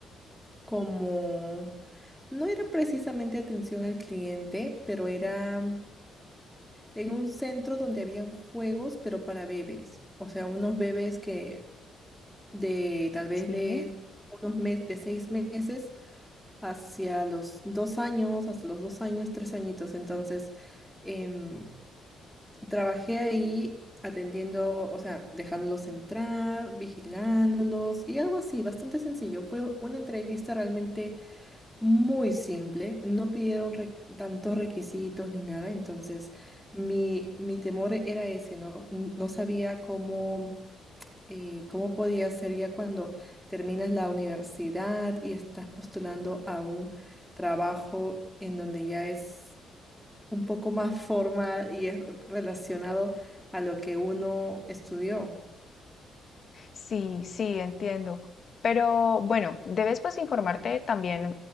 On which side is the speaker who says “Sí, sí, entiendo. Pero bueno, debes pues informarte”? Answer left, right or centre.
Left